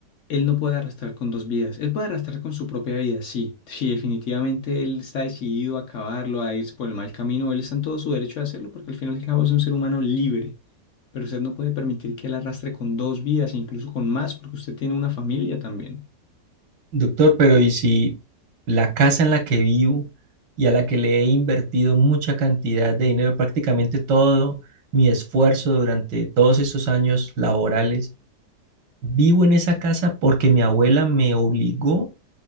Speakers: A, on the left; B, on the right.
A: él no puede arrastrar con dos vidas. Él puede arrastrar con su propia vida, sí. Sí, definitivamente él está decidido a acabarlo, a irse por el mal camino. Él está en todo su derecho de hacerlo porque al final y al cabo es un ser humano libre. Pero usted no puede permitir que él arrastre con dos vidas e incluso con más porque usted tiene una familia también.
B: Doctor, pero ¿y si la casa en la que vivo y a la que le he invertido mucha cantidad de dinero, prácticamente todo mi esfuerzo durante todos esos años laborales, vivo en esa casa porque mi abuela me obligó